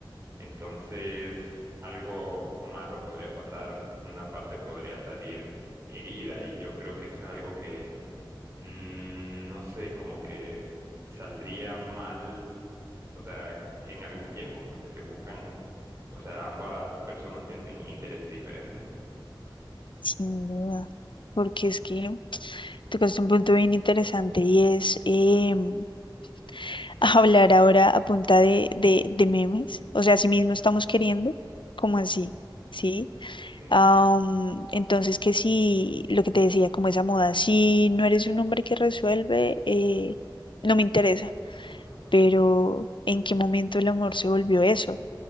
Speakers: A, on the right (about 35°); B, on the left (about 70°).
A: Entonces, algo malo podría pasar, una parte podría salir herida, y yo creo que eso es algo que Mm, no sé, como que saldría mal, o sea, en algún tiempo, porque se buscan, o sea, ambas personas tienen intereses diferentes, ¿no?
B: sin duda. Porque es que tocaste un punto bien interesante y es em, <laughs> hablar ahora a punta de, de, de memes. O sea, así mismo
A: Ujú.
B: estamos queriendo, como así, ¿sí?
A: Sí,
B: Am, entonces, que si lo que te decía, como esa moda, si no eres un hombre que resuelve, eh, no me interesa.
A: ajá,
B: Pero ¿en qué momento el amor se volvió eso?